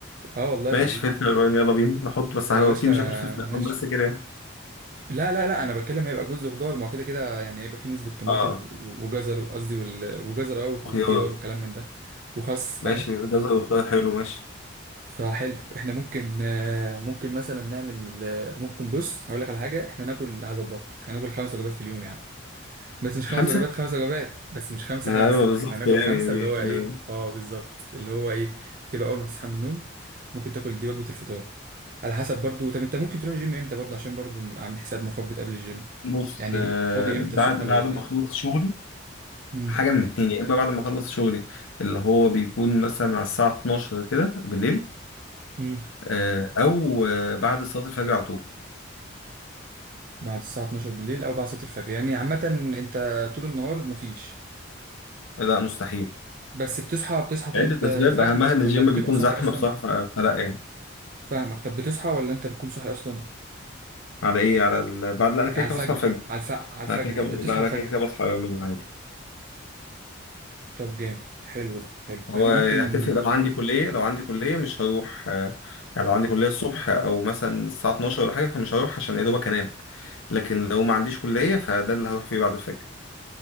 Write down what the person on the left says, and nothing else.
ماشي
فلفل الوان يلا بينا نحط بس
هو
اكيد مش هاكل فلفل
الوان بس كده يعني
اه
خيار
ماشي جزر وخيار حلو ماشي
خمسة
ايوه
بالظبط
يعني
يعني
بص
آه،
بعد
بعد
ما اخلص شغلي
حاجه من اتنين يا اما بعد ما اخلص شغلي اللي هو بيكون مثلا على الساعه 12 كده بالليل
آه، او آه، بعد صلاه الفجر على طول
لا مستحيل
عده
اسباب اهمها ان
الجيم
بيكون
زحمه
بصراحه ف- فلا يعني
على ايه على ال... بعد لا انا كده
كده
بصحى الفجر
انا كده كده
لا
انا
كده كده بصحى يوميا عادي
هو
هتفرق لو عندي كليه لو عندي كليه مش هروح آه، يعني لو عندي كليه الصبح او مثلا الساعه 12 ولا حاجه فمش هروح عشان يا دوبك انام لكن لو ما عنديش كلية فده اللي هروح فيه بعد الفجر